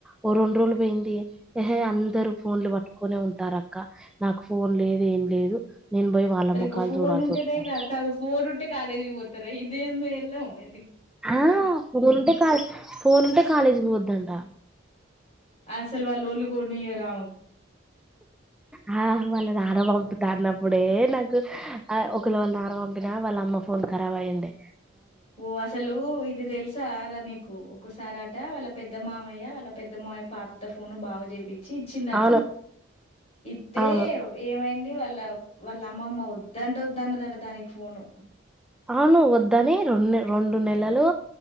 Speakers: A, in the centre; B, on the left.
A: ఓ రెండు రోజులు పోయిందిహే అందరు ఫోన్లు పట్టుకోనే ఉంటారక్క నాకు ఫోన్ లేదు ఏం లేదు నేను పోయి వాళ్ళ
B: అర
A: ముఖాలు
B: ఫోన్
A: చూడాల్సి
B: ఉంటేనే
A: వస్తుంది
B: ఫోన్ ఉంటే కాలేజ్ పోతారా ఇదేమ ఎల్ ఎ
A: ఆ ఫోన్ంటే కాలే ఫోన్ ఉంటే కాలేజీ పోద్దంట
B: అసలు వాళ్ళలుగునియ రా
A: హా ఆహ్ వాన నార పంపుతా అన్నప్పుడే నాకు ఒకళ వాళ్ళ నార పంపినా వాళ్ళ అమ్మ ఫోన్ ఖరాబ్ అయ్యడి
B: ఓ అసలు ఇది ఎల్సా రనికు ఒక్క్కసారాట వాళ్ళ పెద్ద మామయ్య వాళ్ళ పెద్ద మామయ్య పాత ఫోను బాగు చేపి వచ్చి ఇచ్చిందట
A: అవును
B: ఇత్తే
A: అవును
B: ఏమైంది వాళ్ళ వాళ్ళ అమ్మమ్మ వద్దంట వద్దన్నదట దానికి ఫోను
A: అవును వద్దని రెండు రెండు నెలలు